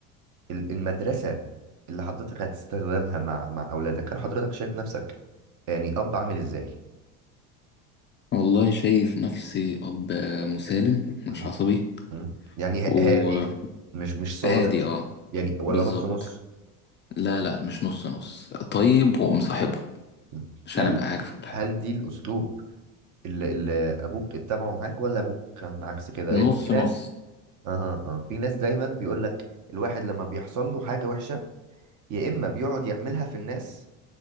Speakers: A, on the right; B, on the left.
A: ال- المدرسة اللي حضرتك هتستخدمها مع مع اولادك هل حضرتك شايف نفسك يعني اب عامل ازاي
B: والله شايف نفسي أب مسالم مش
A: مم.
B: عصبي
A: مم. يعني ه-
B: وهادي
A: هادي مش مش صارم
B: اه
A: يعني ولا
B: بالظبط
A: نص نص
B: لا لا مش نص نص طيب ومصاحبهم
A: مم.
B: عشان
A: هل
B: أبقى عارف كل حاجة
A: هل دي الاسلوب اللي, اللي ابوك اتبعه معاك ولا ابوك كان عكس كده
B: نص
A: لان في ناس
B: نص
A: اها اه في ناس دايما بيقول لك الواحد لما بيحصل له حاجه وحشه يا اما بيقعد يعملها في الناس